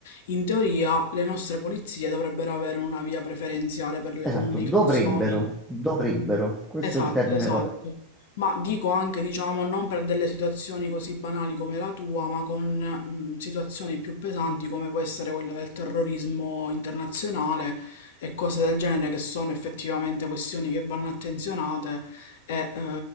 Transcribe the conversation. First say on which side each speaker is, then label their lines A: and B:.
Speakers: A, on the left; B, in the centre.
A: in teoria le nostre polizie dovrebbero avere una via preferenziale per le
B: Esatto,
A: comunicazioni.
B: dovrebbero, dovrebbero, questo
A: Esatto,
B: è il termine
A: esatto.
B: corretto.
A: Ma dico anche, diciamo, non per delle situazioni così banali come la tua, ma con mh, situazioni più pesanti come può essere quella del terrorismo internazionale e cose del genere che sono effettivamente questioni che vanno attenzionate e eh,